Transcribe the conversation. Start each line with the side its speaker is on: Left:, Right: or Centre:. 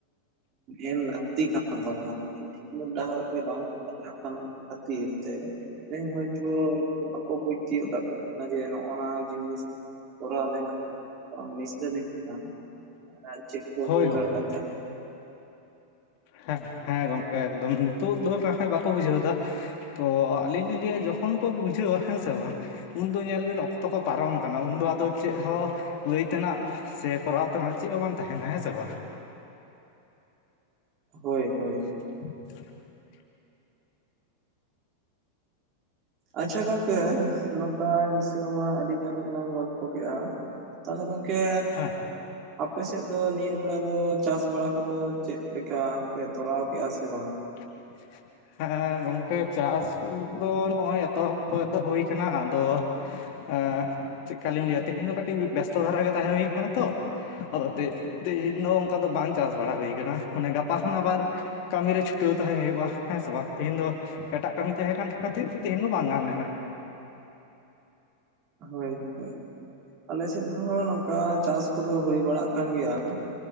Right: ᱮᱢ ᱞᱟᱹᱠᱛᱤ ᱠᱟᱱ ᱛᱟᱵᱚᱱᱟ ᱥᱮ ᱥᱤᱠᱷᱟᱹᱱᱟᱹᱛ ᱰᱟᱦᱟᱨ ᱜᱮ ᱵᱟᱝ <unintelligible> ᱠᱟᱱ ᱠᱷᱟᱹᱛᱤᱨ ᱛᱮ ᱛᱮᱦᱮᱧ ᱦᱚᱭᱛᱳ ᱩᱱᱠᱩ ᱵᱟᱠᱚ ᱵᱩᱡᱽ ᱛᱤᱭᱳᱜ ᱫᱟᱲᱮ ᱚᱱᱟ ᱡᱮ ᱱᱚᱜᱼᱚ ᱱᱚᱣᱟ ᱡᱤᱱᱤᱥ ᱠᱚᱨᱟᱣ ᱞᱮᱱᱠᱷᱟᱱ ᱱᱤᱥᱟᱹ ᱞᱮᱱ ᱠᱦᱟᱱ ᱪᱮᱫ ᱠᱚ
Left: ᱦᱳᱭ
Right: ᱦᱩᱭ
Left: ᱜᱚᱢᱠᱮ
Right: ᱫᱟᱲᱮᱭᱟᱜ
Left: ᱦᱮᱸ ᱦᱮᱸ ᱜᱚᱢᱠᱮ ᱮᱠᱫᱚᱢ ᱱᱤᱛᱚ ᱫᱚ ᱛᱟᱦᱚᱞᱮ ᱵᱟᱠᱚ ᱵᱩᱡᱷᱟᱹᱣ ᱮᱫᱟ᱾ ᱛᱚ ᱟᱹᱞᱤᱧ ᱞᱤᱧ ᱞᱟᱹᱭᱟ ᱡᱚᱠᱷᱚᱱ ᱠᱚ ᱵᱩᱡᱷᱟᱹᱣᱟ ᱦᱮᱸ ᱥᱮ ᱵᱟᱝ᱾ ᱩᱱᱫᱚ ᱧᱮᱞ ᱵᱤᱱ ᱚᱠᱛᱚ ᱠᱚ ᱯᱟᱨᱚᱢ ᱠᱟᱱᱟ ᱩᱱᱫᱚ ᱟᱫᱚ ᱪᱮᱫ ᱦᱚᱸ ᱞᱟᱹᱭ ᱛᱮᱱᱟᱜ ᱥᱮ ᱠᱚᱨᱟᱣ ᱛᱮᱱᱟᱜ ᱪᱮᱫ ᱦᱚᱸ ᱵᱟᱝ ᱛᱟᱦᱮᱱᱟ ᱦᱮᱸ ᱥᱮ ᱵᱟᱝ ᱾
Right: ᱦᱳᱭ ᱦᱳᱭ᱾
Left: <unintelligible>
Right: ᱟᱪᱪᱷᱟ ᱜᱚᱢᱠᱮ ᱱᱚᱝᱠᱟ ᱱᱤᱥᱟᱹ ᱢᱟ ᱟᱹᱰᱤ ᱜᱟᱱ ᱜᱮᱞᱟᱝ ᱜᱚᱞᱯᱷᱚ ᱠᱮᱫᱮᱜᱼᱟ ᱾ ᱛᱟᱦᱚᱞᱮ ᱜᱚᱢᱠᱮ
Left: ᱦᱮᱸ
Right: ᱟᱯᱮ ᱥᱮᱫ ᱫᱚ ᱱᱤᱭᱟᱹ ᱵᱮᱲᱟ ᱫᱚ ᱪᱟᱥ ᱵᱟᱲᱟ ᱠᱚᱫᱚ ᱪᱮᱫ ᱞᱮᱠᱟ? ᱯᱮ ᱛᱚᱨᱟᱣ ᱠᱮᱜᱼᱟ ᱥᱮ ᱵᱟᱝ?
Left: <unintelligible> ᱦᱮᱸ ᱜᱚᱢᱠᱮ ᱪᱟᱥ ᱫᱚ ᱱᱚᱜᱼᱚᱭ ᱮᱛᱚᱦᱚᱵ ᱫᱚ ᱮᱛᱚᱦᱚᱵ ᱦᱩᱭ ᱟᱠᱟᱱᱟ, ᱟᱫᱚ ᱮᱸ ᱪᱮᱫ ᱠᱟᱞᱤᱧ ᱞᱟᱹᱭᱟ ᱛᱮᱦᱮᱧ ᱫᱚ ᱠᱟᱹᱴᱤᱡ ᱵᱮᱥᱛᱚ ᱫᱷᱟᱨᱟ ᱜᱮ ᱛᱟᱦᱮᱸ ᱦᱩᱭ ᱠᱟᱱᱟ ᱛᱚ ᱾ ᱟᱫᱚ ᱛᱮᱦᱮᱧ ᱫᱚ ᱚᱱᱠᱟ ᱫᱚ ᱵᱟᱝ ᱪᱟᱥ ᱵᱟᱲᱟ ᱦᱩᱭ ᱟᱠᱟᱱᱟ ᱢᱟᱱᱮ ᱜᱟᱯᱟ ᱠᱷᱚᱱ ᱟᱵᱟᱨ ᱠᱟᱹᱢᱤᱨᱮ ᱪᱷᱩᱴᱟᱹᱣ ᱛᱟᱦᱮ ᱦᱩᱭᱩᱜᱼᱟ ᱦᱮᱸ ᱥᱮ ᱵᱟᱝ ᱛᱮᱤᱦᱤᱧ ᱫᱚ ᱮᱴᱟᱜ ᱠᱟᱹᱢᱤ ᱛᱟᱦᱮᱸ ᱠᱟᱱ ᱠᱷᱟᱹᱛᱤᱨ ᱛᱮᱦᱮᱧ ᱫᱚ ᱵᱟᱝ ᱜᱟᱱ ᱞᱮᱱᱟ ᱾
Right: ᱦᱳᱭ ᱦᱳᱭ ᱟᱞᱮ ᱥᱮᱫ ᱦᱚᱸ ᱱᱚᱝᱠᱟ ᱪᱟᱥ ᱠᱚᱫᱚ ᱦᱩᱭ ᱵᱟᱲᱟᱜ ᱠᱟᱱ ᱜᱮᱭᱟ ᱾